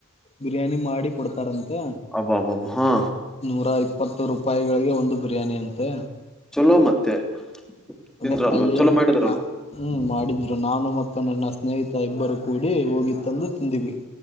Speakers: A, on the left; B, in the centre.
A: ಬಿರಿಯಾನಿ ಮಾಡಿ ಕೊಡ್ತಾರಂತೆ
B: ಅಬ್ಬ ಅಬ್ ಅ ಹಾ
A: ನೂರ ಇಪ್ಪತ್ತು ರೂಪಾಯಿಗಳಿಗೆ ಒಂದು ಬಿರಿಯಾನಿ ಅಂತೆ
B: ಚಲೋ ಮತ್ತೆ ತಿಂದ್ರ
A: ಅದೇ
B: ಅಲ್ವ
A: ಅಲ್ಲಿ
B: ಚಲೋ ಮಾಡಿದಾರಲ್ವ
A: ನಾ ಹ್ಮ್ ಮಾಡಿದ್ರು ನಾನು ಮತ್ತು ನನ್ನ ಸ್ನೇಹಿತ ಇಬ್ಬರು ಕೂಡಿ ಹೋಗಿ ತಂದು ತಿಂದಿವಿ